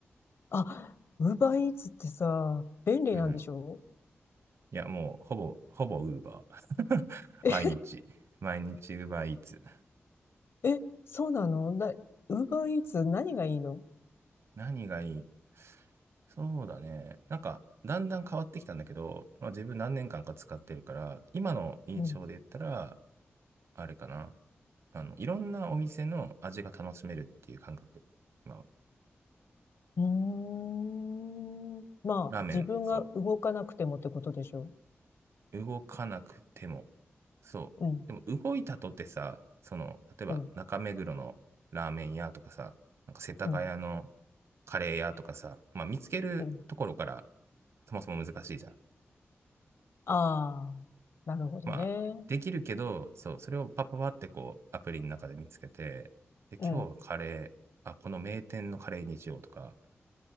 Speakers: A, on the left (about 65°); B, on the right (about 75°).
A: あ、ウーバーイーツってさ、便利なんでしょ
B: うん。いや、もう、ほぼ、ほぼウーバー。<laughs>
A: え、
B: 毎日。毎日ウーバーイーツ。
A: <laughs> え、そうなのな、ウーバーイーツ何がいいの
B: 何がいいそうだね。なんか、だんだん変わってきたんだけど、まあ、自分何年間か使ってるから、今の印象で言ったら、
A: うん。
B: あれかな。あの、いろんなお店の味が楽しめるっていう感覚。まあ、
A: うーん。まあ、
B: ラーメン、
A: 自分が動かなくてもってことでしょ
B: そう。動かなくても。そう。
A: うん、
B: でも、動いたとてさ、その、例えば中目黒のラーメン屋とかさ、
A: うん、
B: なんか世田谷の
A: うん、
B: カレー屋とかさ、まあ、見つけるところから、
A: うん。
B: そもそも難しいじゃん。
A: ああ、なるほどね。
B: まあ、できるけど、そう、それをパパパってこう、アプリの中で見つけて、で、今日はカレー、
A: うん、
B: あ、この名店のカレーにしようとか、